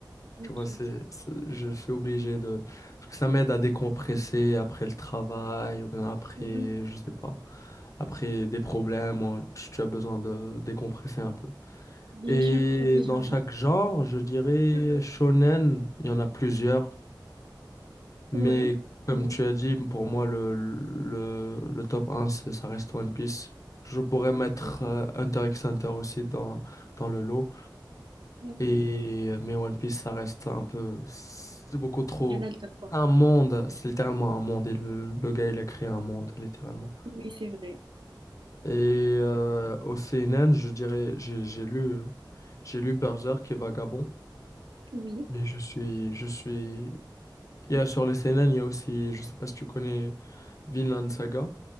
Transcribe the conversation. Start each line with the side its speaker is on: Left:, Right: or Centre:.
Right: ok,
Left: Tu vois, c'est,
Right: ok.
Left: c'est- je suis obligé de... Parce que ça m'aide à décompresser après le travail ou bien après,
Right: Mhm.
Left: je sais pas, après des problèmes. ou tu tu as besoin de décompresser un peu.
Right: Bien
Left: Et
Right: sûr, ça te fait
Left: dans
Right: changer.
Left: chaque genre, je dirais
Right: Mhm.
Left: shonen, il y en a plusieurs. Mais
Right: Ouais,
Left: comme
Right: vraiment,
Left: tu as dit, pour moi, le, le, le top un c'est- ça reste One Piece. Je pourrais mettre
Right: oui,
Left: euh, Hunter x Hunter aussi dans, dans le lot.
Right: d'accord.
Left: Et, mais One Piece, ça reste un peu... C'est beaucoup trop...
Right: Et là, le top 3.
Left: Un monde, c'est littéralement un monde. Et le, le gars, il a créé un monde, littéralement.
Right: Oui, c'est vrai.
Left: Et euh, au CNN, je dirais, j'ai j'ai lu, euh, j'ai lu Berserk et Vagabond.
Right: Oui,
Left: Mais je suis, je suis... Il y a sur les CNN, il y a aussi, je sais pas si tu connais Vinland Saga.